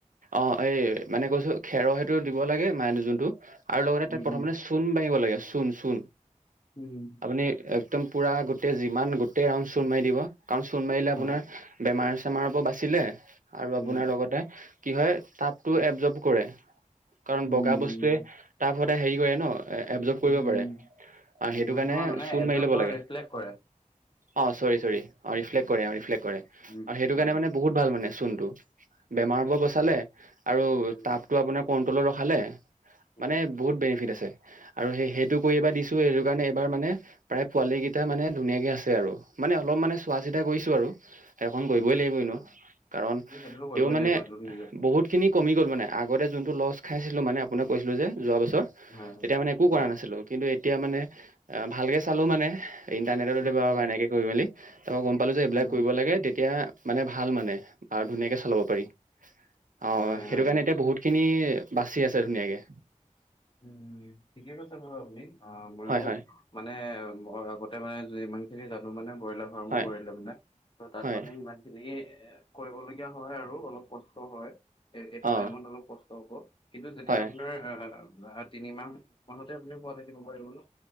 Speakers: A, on the right (about 80°); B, on the left (about 40°).
A: অ, এই মানে কৈছো খেৰৰ সেইটো দিব লাগে মান যোনটো আৰু লগতে তাত
B: উম
A: প্ৰথমতে
B: উম
A: চু চূণ মাৰিব লাগে চূণ চূণ
B: উম।
A: আপুনি একদম পুৰা গোটেই যিমান গোটেই ৰাউণ্ড চূণ মাৰি দিব কাৰণ চূণ মাৰিলে আপোনাৰ
B: হয়
A: বেমাৰ চেমাৰ পৰা বাছিলে আৰু
B: উম
A: আপোনাৰ লগতে কি হয় তাপটো এবজব কৰে কাৰণ,
B: উম
A: বগা বস্তুৱে তাপ সদায় হেৰি কৰে ন। এবজব কৰিব
B: উম উম
A: পাৰে আহ সেইটো
B: এবজৰ্ব
A: কাৰণে
B: নহয় মানে
A: চূণ
B: এবজৰ্ব
A: মাৰি ল'ব
B: নহয়
A: লাগে
B: ৰিফ্লেক্ট কৰে
A: অ চৰি চৰি ৰিফ্লেট কৰে অঁ ৰিফ্লেট কৰে
B: উম
A: অ সেইটো
B: উম
A: কাৰণে মানে বহুত ভাল মানে চূণটো বেমাৰ
B: হয়
A: পৰা বচালে আৰু
B: উম
A: তাপটো আপোনাৰ কন্ট্ৰলত ৰখালে।
B: উম
A: মানে বহুত বেনিফিট আছে আৰু সেই সেইটো কৰি এইবাৰ দিছো এইটো কাৰণে এইবাৰ মানে প্ৰায় পোৱালি কেইটা মানে ধুনীয়াকে আছে আৰু মানে অলপ মানে চোৱা চিতা কৰিছো আৰু। সেইকণ কৰিবই
B: আচ্ছা
A: লাগিবই এনেও কাৰণ
B: উম, সেইটোতো কৰিবই
A: তেওঁ মানে
B: লাগিব
A: ব
B: এইটো নিজৰ
A: বহুতখিনি কমি গ'ল মানে আগতে যোনটো লষ্ট খাইছিলোঁ মানে আপোনাক কৈছিলোঁ যে যোৱা বছৰ
B: হয় হয়
A: তেতিয়া মানে একো
B: হয়
A: কৰা নাছিলো কিন্তু এতিয়া মানে আহ ভালকে চালো মানে। ইণ্টাৰনেটত
B: উম
A: বা
B: উম
A: এনেকে কৰি মেলি তাৰপৰা গম পালোঁ যে এইবিলাক
B: উম
A: কৰিব লাগে। তেতিয়া হে, মানে ভাল মানে আৰু ধুনীয়াকে চলাব পাৰি। আহ,
B: হয়
A: সেইটো
B: হয়
A: কাৰণে
B: হয়
A: এতিয়া বহুতখিনি বাচি আছে ধুনীয়াকে।
B: উম, ঠিকে কৈছে বাৰু আপুনি মই
A: হয় হয়
B: মানে আগতে মানে যিমানখিনি জানো মানে ব্ৰইলাৰ, <unintelligible>
A: হয়
B: ত' তাত
A: হয়
B: মানে ইমান তেনেকেই এ কৰিবলগীয়া হয় আৰু অলপ কষ্ট হয়। এ এইটো
A: অ
B: টাইমত অলপ কষ্ট হব, কিন্তু যেতিয়া
A: হয়
B: আপোনাৰ আহ তিনি মাহ মাহতে আপুনি পোৱালি দিব পাৰিব ন।